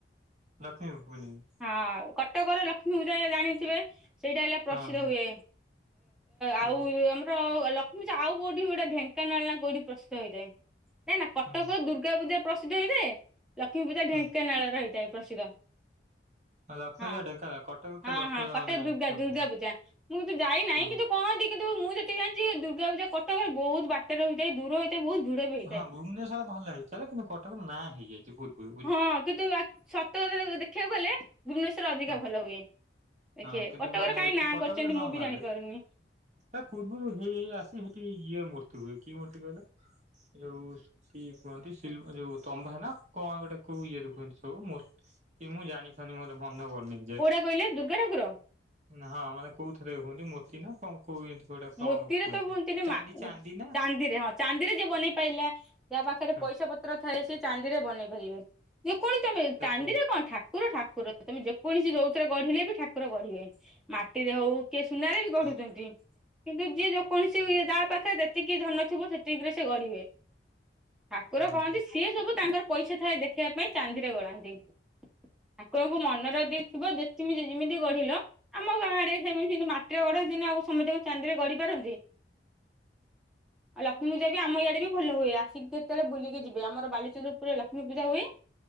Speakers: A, on the right (about 40°); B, in the centre.
A: ଲକ୍ଷ୍ମୀ <unintelligible>
B: ହଁ କଟକର ଲକ୍ଷ୍ମୀ ପୂଜା ଜାଣିଥିବେ, ସେଇଟା ହେଲା ପ୍ରସିଦ୍ଧ
A: ହଁ ହଁ
B: ହୁଏ। ଆଉ
A: ହଁ
B: ଆମର ଲକ୍ଷ୍ମୀପୂଜା ଆଉ କୋଉଠି ଗୋଟେ ଢେଙ୍କାନାଳ ନା କୋଉଠି ପ୍ରସ୍ତୁତ ହେଇଥାଏ। ନାଇଁ ନା କଟକ
A: ହଁ
B: ଦୁର୍ଗା ପୂଜା ପ୍ରସିଦ୍ଧ ହେଇଥାଏ, ଲକ୍ଷ୍ମୀ ପୂଜା ଢେଙ୍କାନାଳ
A: ହଁ
B: ର ହେଇଥାଏ ପ୍ରସିଦ୍ଧ।
A: ଲକ୍ଷ୍ମୀ
B: ହଁ
A: ପୂଜା ଢେଙ୍କାନାଳ କଟକ ତ
B: ହଁ
A: ଦଶହରା
B: ହଁ କଟକ
A: ମାନେ
B: ଦୁର୍ଗା
A: ଫେମସ୍।
B: ଦୁର୍ଗା ପୂଜା, ମୁଁ କିନ୍ତୁ ଯାଇନାହିଁ
A: ହଁ
B: କିନ୍ତୁ କହନ୍ତି କିନ୍ତୁ ମୁଁ ଯେତିିକି ଜାଣିଛି, ଦୁର୍ଗା ପୂଜା କଟକରେ ବହୁତ ବାଟରେ ହଇଥାଏ, ଦୂର ହେଇଥାଏ, ବହୁତ ଭିଡ ବି ହେଇଥାଏ।
A: ହଁ ଭୁବନେଶ୍ୱର ଭଲ ହେଇଥାଏ, କିନ୍ତୁ କଟକ ନାଁ ହେଇଯାଇଛି। ତୁ ଫୋନ କରୁ।
B: ହଁ କିନ୍ତୁ ଆ ସତରେ ଦେଖିବାକୁ ଗଲେ ଭୁବନେଶ୍ଵର ଅଧିକା
A: ହଁ
B: ଭଲ ହୁଏ। ଦେଖେ
A: ହଁ କିନ୍ତୁ
B: କଟକରେ
A: ମାନେ
B: କାହିଁ
A: ଏଠି
B: ନାଁ
A: କଟକରେ
B: କରିଚନ୍ତି
A: ନର୍ମାଲ
B: ମୁଁ ବି ଜାଣିପାରୁନି।
A: ତା ପୂର୍ବରୁ ହେଇ ହେଇ ଆସି ହେଠି ଇଏ ମୂର୍ତ୍ତି ହୁଏ କି ମୂର୍ତ୍ତି କହିଲ ଯଉ କିଏ କୁହନ୍ତି ସିୟ ଯୋଉ ତମ୍ବା ନା କଣ ଗୋଟେ କୋଉ ଇଏ ଦେଖହନ୍ତି ସବୁ ମୋର କିଏ ମୁଁ ଜାଣିପାରୁନି ମୋର ମନେ ପଢନି।
B: କୋଉଟା କହିଲେ ଦୁର୍ଗାଠାକୁର।
A: ନା ହଁ ମାନେ କୋଉଥରେ ହୁଅନ୍ତି ମୋତି ନା କଣ? କୋଏନ୍ତି କୋଟା କଣ
B: ମୋତିରେ
A: କୁହନ୍ତି
B: ତ ହୁଅନ୍ତିନି ମା
A: ଚାନ୍ଦି ଚାନ୍ଦି ନା।
B: ଚାନ୍ଦିରେ ହଁ ଚାନ୍ଦିରେ ଯିଏ ବନେଇ ପାଇଲା ଯାହା ପାଖରେ
A: ହଁ
B: ପଇସା ପତ୍ର ଥାଏ ସେ ଚାନ୍ଦିରେ ବନେଇ ପାରିବେ। ଯେକୌଣି
A: ହଁ
B: ତମେ
A: ସେଠି
B: ଚାନ୍ଦିରେ କଣ ଠା ଠାକୁର ଠାକୁର ତମେ ଯେକୌଣସି ଯଉତିରେ ଗଢିଲେ ବି ଠାକୁର ଗଢିବେ ମାଟିରେ ହଉ କିଏ ସୁନାରେ ବି
A: ହଁ
B: ଗଢୁଚନ୍ତି। କିନ୍ତୁ ଯିଏ ଯେକୌଣସି
A: ହୁଁ
B: ଏ ଯାହା ପାଖରେ ଯେତିକି ଧନ ଥିବ ସେତିକି ରେ ସେ ଗଢିବେ। ଠାକୁର
A: ହୁଁ
B: କହନ୍ତି
A: ହୁଁ
B: ସିଏ ସବୁ ତାଙ୍କର ପଇସା ଥାଏ ଦେଖିବା ପାଇଁ ଚାନ୍ଦିରେ ଗଢାନ୍ତି ଠାକୁର ଙ୍କୁ ମନରଦିଥିବ ଯେତିକି ଯେମିତି ଗଢିଲ ଆମ ଗାଁଆଡେ ସେମିତି ସେମିତି ମାଟିରେ ଗଢ ନ୍ତିନା ଆଉ ସମତେ ଚାନ୍ଦିରେ ଗଢି ପାରନ୍ତି। ଆଉ ଲକ୍ଷ୍ମୀ ପୂଯା ଯିଏ ଆମ ଇଆଡ଼େ ବି ଭଲ ହୁଏ ଆସିକି କେତେବେଳେ ବୁଲିକି ଯିବେ ଆମର ବାଲିଚନ୍ଦ୍ରପୁରୁରେ ଲକ୍ଷ୍ମୀ ପୂଜା ହୁଏ।